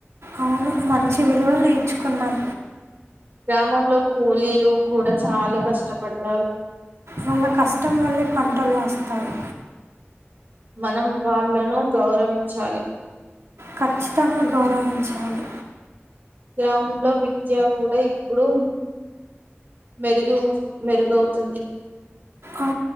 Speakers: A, on the right; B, on the right.
A: అవును మంచి విలువలు నేర్చుకున్నాం
B: గ్రామంలో కూలీలు కూడా చాలా కష్టపడతారు
A: వాళ్ళ కష్టం వల్లే పంటలు వస్తయి
B: మనం వాళ్ళను గౌరవించాలి
A: ఖచ్చితంగా గౌరవించాలి
B: గ్రామంలో విద్య కూడా ఇప్పుడు మెరుగు మెరుగవుతుంది
A: ఆ,